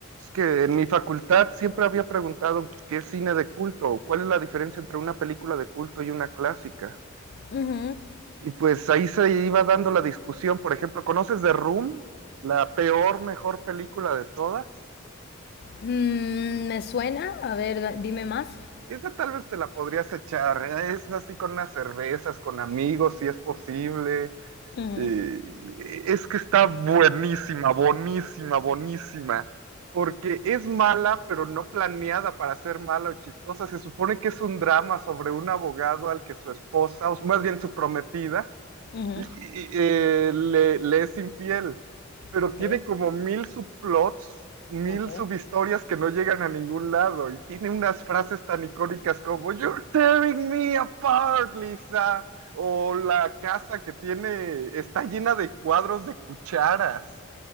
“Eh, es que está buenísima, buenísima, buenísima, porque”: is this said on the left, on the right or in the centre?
Right